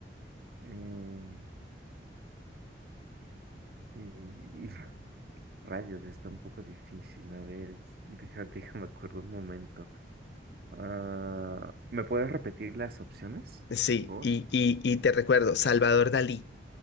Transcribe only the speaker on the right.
eh, y, y- <laughs> rayos, está un poco difícil, a ver, <laughs> déjame, déjame acuerdo un momento. Ah, ¿me puedes repetir las opciones,
por
favor?